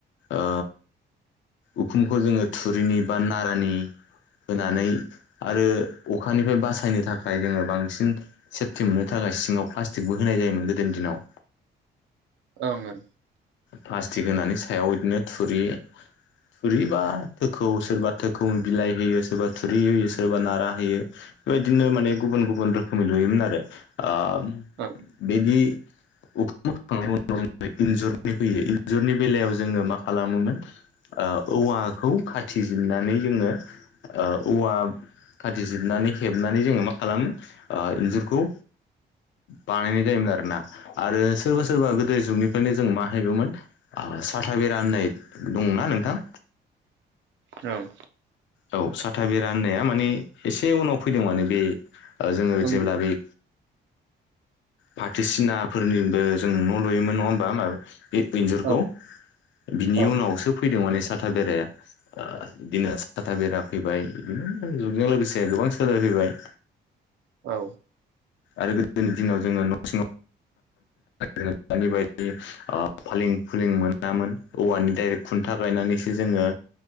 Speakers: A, on the left; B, on the right.
A: ओ उखुमखौ जोङो थुरिनि बा नारानि होनानै आरो अखानिफ्राय बासायनो थाखाय जोङो बांसिन सेफटि मोननो थाखाय सिङाव प्लास्टिकबो होनाय जायोमोन गोदोनि दिनाव
B: ‌ओं ओं
A: प्लास्टिक होननि सायाव इदिनो थुरि थुरि बा थोखौ सोरबा थोखौ बिलाइ होयो सोरबा थुरि होयो सोरबा नारा होयो बेबादिनो माने गुबुन गुबुन रोखोमै लुयोमोन आरो ओ
B: औ
A: बिदि उखुम होखांनायनि उनाव इन्जुरनि फैयो इन्जरनि बेलाव जोङो मा खालामोमोन ओ औवाखौ खाथिजिरनानै जोङो ओ औवा खाथिजिरनानै हेबनानै जोङो मा खालामो ओ इन्जुरखौ बानायनाय जायोमोन आरोना आरो सोरबा सोरबा गोदो जुगनि बेखायनो जों माहेबोमोन ओ साथा बेरा होननाय दंना नोंथां
B: औं
A: औ साथा बेरा होननाया माने एसे उनाव फैदों माने बे ओ जोङो
B: ओं
A: जेब्ला बे फाथसिनाफोरनिबो जों न' लुयोमोन नङा होमबा माबेबा बे इनजुरखौ
B: ओं
A: बिनि
B: ओं
A: उनावसो फैदों माने साथा बेराया ओ बिदिनो साथा बेरा फैबाय बिदिनो जुगजों लोगोसे गोबां सोलायफैबाय
B: औ
A: आरो गोदोनि दिनाव जोङो न'‌थिंआव ओ दानि बादि ओ‌ फालें फुलिं मोनामोन औवानि डाइरेक्ट खुन्था गायनानैसो जोङो